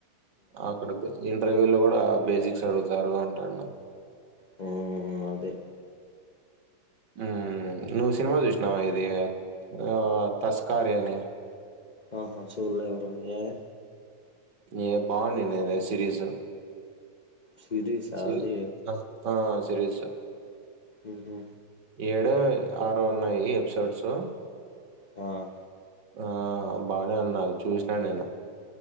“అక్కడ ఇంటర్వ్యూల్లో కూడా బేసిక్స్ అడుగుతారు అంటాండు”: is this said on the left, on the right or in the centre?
Right